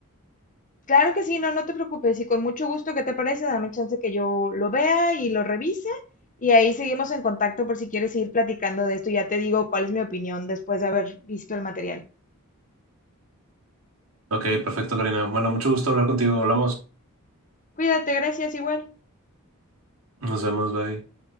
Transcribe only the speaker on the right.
Ok, perfecto, Karina. Bueno, mucho gusto hablar contigo, hablamos.
Nos vemos, bye.